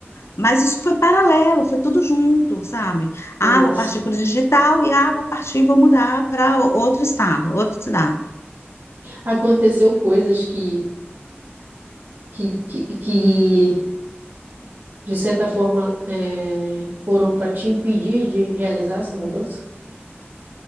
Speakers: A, on the left (about 80°); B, on the right (about 55°).
A: mas isso foi paralelo, foi tudo junto, sabe?
B: Nossa,
A: Ah, vou partir para o digital e ah, vou partir, e vou mudar para outro estado, outra cidade.
B: aconteceu coisas que que, que, que de certa forma eh, foram para te impedir de realizar essa mudança?